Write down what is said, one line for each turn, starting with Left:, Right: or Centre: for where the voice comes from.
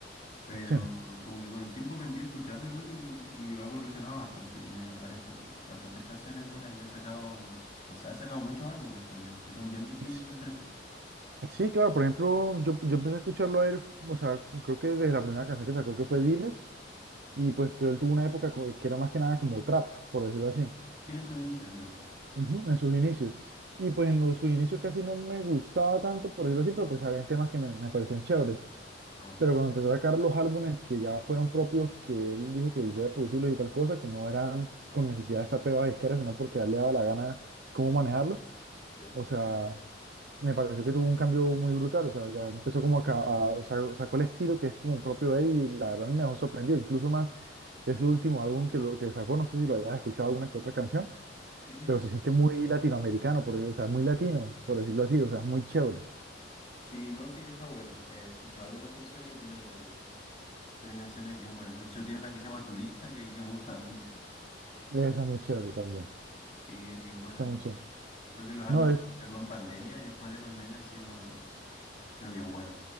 Left: Pero
Right: Sí.
Left: como que con el tiempo aprendí a escucharlo igual y, y ha evolucionado bastante. Y tiene varias, ca- bastantes canciones buenas y ha sacado, no sé, ha sacado muchos álbumes también, que son bien distintos
Right: S-
Left: entre sí.
Right: Sí, claro, por ejemplo, yo, yo empecé a escucharlo a él, o sea, creo que desde la primera canción que sacó, que fue Diles, Y pues que él tuvo una época co- que era más que nada como trap, por decirlo así,
Left: Sí, en sus inicios, digo.
Right: Ujú, en sus inicios. Y pues en los, sus inicios casi no me gustaba tanto, por decirlo así, pero pues había temas que me, me parecían chéveres.
Left: Ajá.
Right: Pero cuando empezó a sacar los álbumes que ya fueron propios, que él dijo que voy a producirlos y tal cosa, que no eran con necesidad de estar pegado a disquera, sino porque a él le daba la gana cómo manejarlo.
Left: ya.
Right: O sea, me pareció que tuvo un cambio muy brutal, o sea, ya empezó como a, ca- a- o sea, sacó el estilo que es como propio de él y la verdad a mí me dejó sorprendido, incluso más ese último álbum que, lo, que sacó, no sé si lo hayas escuchado alguna que otra canción,
Left: Sí, sí,
Right: pero
Left: sí.
Right: se siente muy latinoamericano, por, o sea, muy latino, por decirlo así, o sea, muy chévere.
Left: Sí, no, sí, está bueno. He escuchado algunas canciones y tiene, tiene canciones bien buenas. De hecho, tiene una que se llama Turista que, que me gusta bastante.
Right: Esa es muy chévere también,
Left: Sí, es bien buena.
Right: esa es muy chévere.
Left: Creo que los álbumes
Right: No, es,
Left: que sacó en pandemia y después de pandemia han sido, han sido bien buenos.